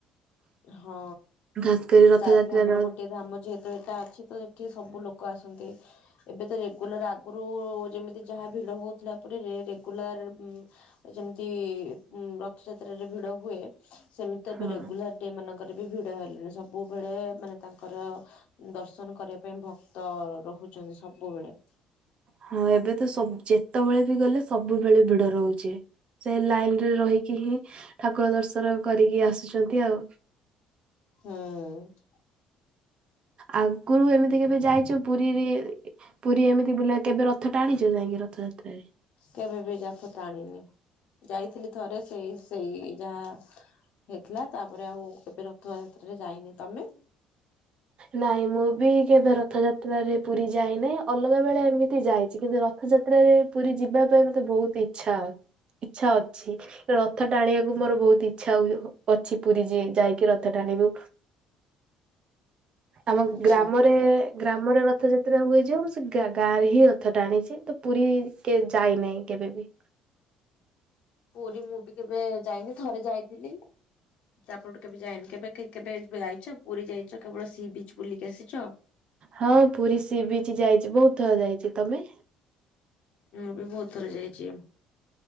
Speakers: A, on the left; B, on the right.
A: ହଁ
B: ଖାସ୍ କରି ରଥଯାତ୍ରାର
A: ଚାରି ଧାମର ଗୋଟିଏ ଧାମ ଯେହେତୁ। ଏଇଟା ଅଛି ତ ଏଠି ସବୁ ଲୋକ ଆସନ୍ତି। ଏବେ ତ ରେଗୁଲାର ଆଗରୁ ଯେମିତି ଯାହା ଭିଡ ହଉଥିଲା ପରୀରେ ରେଗୁଲାର ଉଁ। ଯେମିତି ରଥଯାତ୍ରାରେ ଭିଡ ହୁଏ ସେମିତି ଏବେ
B: ହଁ।
A: ରେଗୁଲାର। ଏଇମାନଙ୍କର ବି ଭିଡ ହେଲେଣି ସବୁବେଳେ ମାନେ ତାଙ୍କର। ଦର୍ଶନ କରିବା ପାଇଁ ଭକ୍ତ ରହୁଛନ୍ତି ସବୁବେଳେ।
B: ହଁ ଏବେ ତ ସବ୍ ଯେତେବେଳେ ବି ଗଲେ ସବୁବେଳେ ଭିଡ ରହୁଛି। ସେ ଲାଇନ୍ ରେ ରହିକି ହିଁ ଠାକୁର ଦର୍ଶନ କରିକି ଆସୁଛନ୍ତି ଆଉ।
A: ହୁଁ।
B: ଆଗରୁ ଏମିତି କେବେ ଯାଇଛ ପୁରୀ ରେ ପୁରୀ ଏମିତି ବୁଲା କେବେ ରଥ। ରଥ ଟାଣିଚ ଯାଇକି ରଥଯାତ୍ରାରେ?
A: କେବେ ବି ରଥ ଟାଣିନି ଯାଇଥିଲି ଥରେ ସେଇ ସେଇ ଯାହା ହେଇଥିଲା ତାପରେ ଆଉ କେବେ ରଥଯାତ୍ରାରେ ଯାଇନି, ତମେ?
B: ନାଇଁ ମୁଁ ବି କେବେ ରଥଯାତ୍ରାରେ ପୁରୀ ଯାଇ ନି ଅଲଗା ବେଳେ ଏମିତି ଯାଇଚି କିନ୍ତୁ ରଥଯାତ୍ରାରେ ପୁରୀ ଯିବା ପାଇଁ ମତେ ବୋହୁତ ଇଚ୍ଛା ଅ ଇଚ୍ଛା ଅଛି ତ ର ଥ ଟାଣିବାକୁ ମୋର ବୋହୁତ ଇଚ୍ଛା ହୁଏ ହୋ ଅଛି ପୁରୀ ଯି ଯାଇକି ରଥ ଟାଣିବୁ। ଆମ
A: ଆଚ୍ଛା।
B: ଗ୍ରାମରେ ଗ୍ରାମରେ ରଥଯାତ୍ରା ହୁଏ ଯେ ମୁଁ ସେ ଗା ଗାଁରେ ହିଁ ରଥ ଟାଣିଚି ତ ପୁରୀ କେ ଯାଇନେଇ କେବେବି।
A: ପୁରୀ ମୁଁ ବି କେବେ ଯାଇନି ଥରେ ଯାଇଥିଲି। ତାପରଠୁ କେବେ ଯାଇନି କେବେ କି କେବେ ଯାଇଚ ପୁରୀ ଯାଇଚ କେବଳ ସି ବିଚ ବୁଲିକି ଆସିଚ?
B: ହଁ ପୁରୀ ସି ବିଚ୍ ଯାଇଚି ବୋହୁତ ଥର ଯାଇଚି ତମେ?
A: ମୁଁ ବି ବୋହୁତ ଥର ଯାଇଚି।